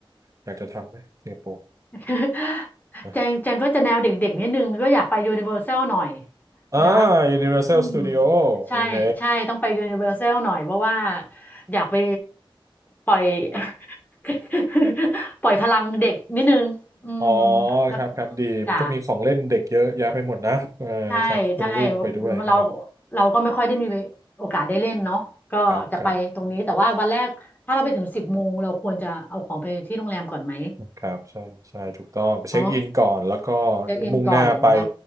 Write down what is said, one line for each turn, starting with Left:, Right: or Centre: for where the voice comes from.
Right: อยากจะทำไหมสิงคโปร์
Left: <laughs>
Right: อ
Left: แจงแจงก็จะแนวเด็กๆนิดนึงก็อยากไปยูนิเวอร์แซลหน่อย
Right: ่า
Left: นะ
Right: Universal
Left: อืม
Right: Studio
Left: ใช่ใช่ต้องไปยูนิเวอร์แซลหน่อยเพราะว่า
Right: โอเค
Left: อยากไปปล่อย <laughs> ปล่อยพลังเด็กนิดนึงอืม
Right: อ๋อ
Left: แล้ว
Right: ครับครับดี มันก็มีของเล่นเด็กเยอะแยะไปหมดนะเออครับคุณลูกไปด้วยนะครับ
Left: จ้ะใช่ใช่เราเราก็ไม่ค่อยได้มีโอกาสได้เล่นเนาะก็จะไปตรงนี้แต่ว่าวันแรกถ้าเราไปถึงสิบโมงเราควรจะเอาของไปที่โรงแรมก่อนไหม
Right: ครับครับครับ ใช่ใช่ถูกต้องไปเช็คอินก่อนแล้วก็
Left: เนาะ เช็คอินก่อนแล้ว
Right: มุ่งหน้าไป